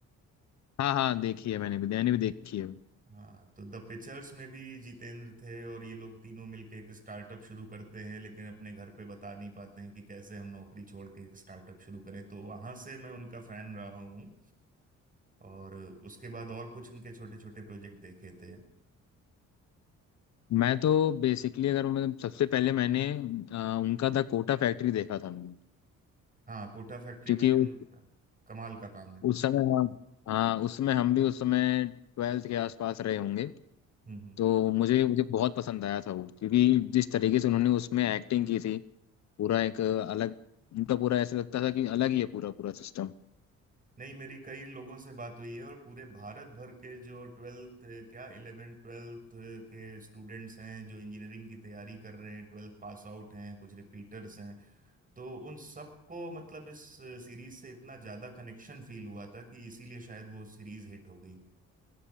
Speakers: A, on the left; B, on the right.
A: हाँ हाँ देखी है मैंने भी मैंने भी देखी है
B: हाँ तो द पिक्चर्स में भी जितेंद्र थे और ये लोग तीनों मिलके एक स्टार्टअप शुरू करते हैं लेकिन अपने घर पे बता नहीं पाते हैं कि कैसे हम नौकरी छोड़ के एक स्टार्टअप शुरू करें तो वहां से मैं उनका फैन रहा हूँ और उसके बाद और कुछ उनके छोटे छोटे प्रोजेक्ट देखे थे
A: मैं तो बेसिकली अगर मैं सबसे पहले मैंने आ, उनका द कोटा फैक्ट्री देखा था मैंने
B: हाँ कोटा फैक्ट्री
A: क्योंकि
B: में भी
A: उस,
B: उनका कमाल का काम है
A: उस समय हाँ हाँ उस समय हम भी उस समय ट्वेल्थ के आसपास रहे होंगे
B: हम्म हम्म
A: तो मुझे मुझे बहुत पसंद आया था वो क्योंकि जिस तरीके से उन्होंने उसमें एक्टिंग की थी पूरा एक अलग उनका पूरा ऐसा लगता था कि अलग ही है पूरा पूरा सिस्टम
B: नहीं मेरी कई लोगों से बात हुई है और पूरे भारत भर के जो ट्वेल्थ क्या इलेवेंथ ट्वेल्थ के स्टूडेंट्स हैं जो इंजीनियरिंग की तैयारी कर रहे हैं ट्वेल्थ पास आउट हैं कुछ रिपीटर्स हैं तो उन सबको मतलब इस सीरीज से इतना ज्यादा कनेक्शन फील हुआ था कि इसीलिए शायद वो सीरीज हिट हो गई